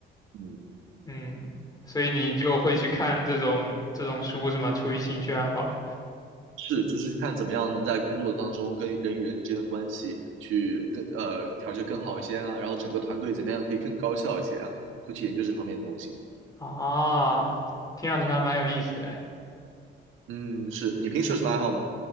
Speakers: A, on the right (about 80°); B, on the left (about 20°).
A: 嗯。
B: 嗯，所以你就会去看这种这种书是吗？出于兴趣爱好
A: 是，就是去看怎么样能在工作当中跟人与人之间的关系去更呃调节更好一些啊，然后整个团队怎么样可以更高效一些啊，会去研究这方面的东西。
B: 啊，听上去还蛮有意思的诶。
A: 嗯，是你平时有什么爱好吗？